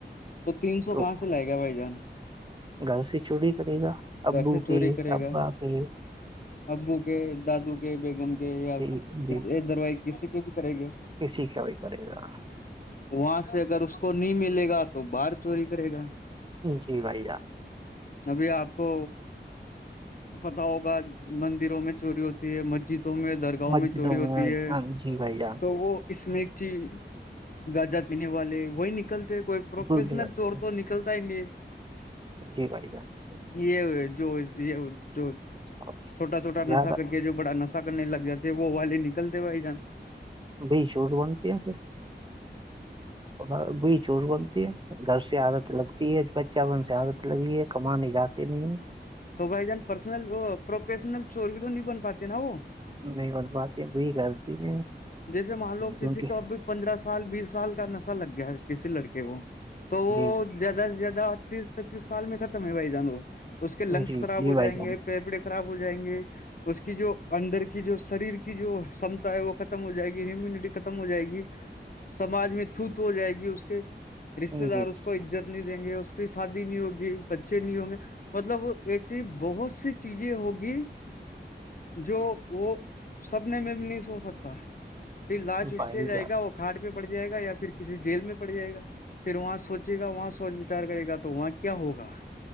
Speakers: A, on the left (about 50°); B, on the right (about 25°).
A: تو تین سو
B: تو
A: کہاں سے لائے گا بھائی جان
B: گھر سے چوری کرے گا ابو
A: گھر سے چوری
B: کی
A: کرے
B: ابا
A: گا
B: پ
A: ابو کے دادو کے بیگم کے یا
B: جی جی
A: یہ دروائی کسی کو بھی کرے گی
B: کسی کا بھی کرے گا
A: وہاں سے اگر اس کو نہیں ملے گا تو باہر چوری کرے گا
B: جی بھائی جان
A: ابھی آپ کو پتا ہوگا مندروں میں چوری ہوتی ہے مسجدوں میں درگاہوں
B: مسجدوں
A: میں چوری ہوتی ہے
B: ہاں، جی بھائی جان
A: تو وہ اس میں ایک چی گاجہ پینے والے وہی نکلتے کوئی پروفیشنل
B: بھول جاتے
A: چور
B: ہیں
A: تو نکلتا ہی یہ
B: جی بھائی جان سے
A: یہ جو یہ جو
B: آپ
A: چھوٹا چھوٹا
B: زیادہ
A: نشہ کر کے جو بڑا نشہ کرنے لگ جاتے وہ والی نکلتے بھائی جان
B: بی چور بنتی ہے پھر تھوڑا
A: ہوں
B: بی چور بنتی ہے گھر سے عادت لگتی ہے بچہ بن سے عادت لگی ہے کمانے جاتے نہیں ہے
A: تو بھائی جان پرسنل وہ پروفیشنل چور بھی تو نہیں بن پاتے نا وہ
B: نہیں بن پاتی وہی کرتی ہیں
A: جیسے مان لو کسی
B: جی
A: کو اب بھی پندرہ سال بیس سال کا نشہ لگ گیا ہے کسی لڑکے کو تو وہ
B: جی
A: زیادہ سے زیادہ تیس پینتیس سال میں ختم ہے بھائی جان وہ اس کے لنگس
B: جی
A: خراب
B: جی
A: ہو
B: بھائی
A: جائیں
B: جان
A: گے پیپڑے خراب ہو جائیں گے اس کی جو اندر کی جو شریر کی جو کمتا ہے وہ کت ختم ہو جائے گی ہیونٹی ختم ہو جائے گی سمج میں تھوت ہو جائے گی اس کے رشتے دار
B: جی
A: اس کو عزت نہیں دیں گے اس کی شادی نہیں ہوگی بچے نہیں ہوں گے مطلب ایسی بہت سی چیزیں ہوگی جو وہ سپنے میں بھی نہیں سو سکتا پھر لاسٹ اسٹیج
B: بھائی
A: آئے
B: جان
A: گا وہ کھاٹ میں پڑ جائے گا یا پھر کسی جیل میں پڑ جائے گا پھر وہاں سوچے گا وہاں سوچ وچار کرے گا تو وہاں کیا ہوگا